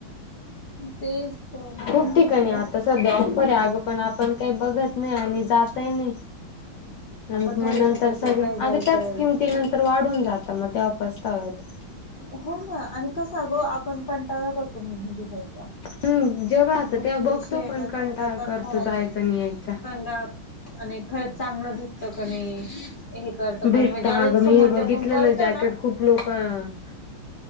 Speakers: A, on the left; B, on the left.
A: तेच त म्हणून
B: खूप
A: म्हटलं
B: ठिकाणी आता सध्या ऑफर आहे अगं पण आपण काही बघत नाही आणि जातय नाही मग
A: आपण काय विचार
B: नंतर
A: करतो
B: सगळे
A: काय जायचंय
B: अगे त्याच किमतीनंतर वाढून जात मग तेव्हा पस्तावा येतो
A: हो ना आणि कसं गो आपण कंटाळा करतो मध्ये जायचा
B: हम्म जेव्हा आता
A: मुख्य
B: तेव्हा
A: विषय
B: बघतो
A: आहेणा
B: पण
A: तो कंटाळा
B: करतो
A: येतो
B: जायचा आणि यायचा.
A: कंटाळा आणि खरंच चांगलं भेटत क नाही हे करत काणी
B: भेटत
A: म्हण ज्यावेळे
B: अगं
A: समोरच्या
B: मी हे बघितलं
A: कोण करत
B: जॅकेट
A: ना
B: खूप लोक अहो